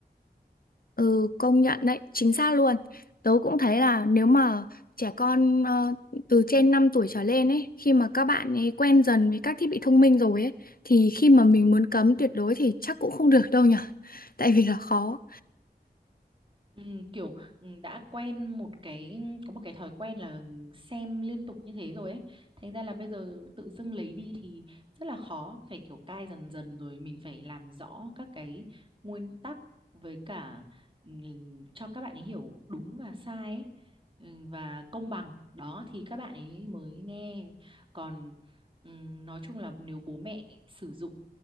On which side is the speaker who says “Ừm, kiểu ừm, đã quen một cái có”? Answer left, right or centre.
Right